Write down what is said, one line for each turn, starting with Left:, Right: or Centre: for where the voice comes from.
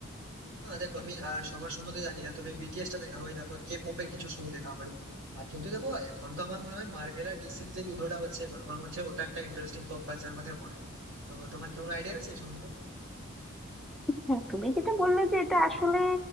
Right: না দেখো আমি আহ, সবার সম্বন্ধে জানি না তবে বিটিএস টা দেখা হয় তারপর কে পপের কিছু সং দেখা হয় আর কিন্তু দেখো এখন তো আমার মনে হয় মার্ভেল আর ডিসির যে যুদ্ধটা হচ্ছে এখন আমার মনে হচ্ছে ওটা একটা ইন্টারেস্টিং পপ কালচারের মধ্যে পড়ে তো তোমার কি কোনো আইডিয়া রয়েছে এই সম্বন্ধে
Centre: হ্যাঁ তুমি যেটা বললে যে এটা আসলে